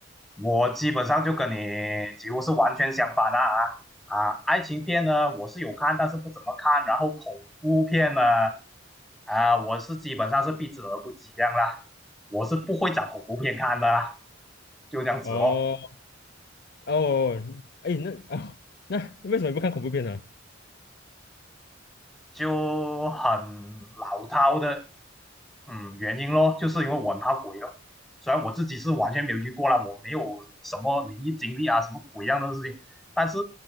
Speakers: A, in the centre; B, on the left.
A: 我基本上就跟你几乎是完全相反啊啊！啊爱情片呢，我是有看，但是不怎么看。然后恐怖片呢，啊，我是基本上是避之而不及这样啦。我是不会找恐怖片看的啦，就这样子咯。
B: 哦哦，哎，那啊、那为什么不看恐怖片呢？
A: 就很老套的，嗯，原因咯，就是因为我很怕鬼咯。虽然我自己是完全没有遇过啦，我没有什么灵异经历啊，什么鬼样的事情，但是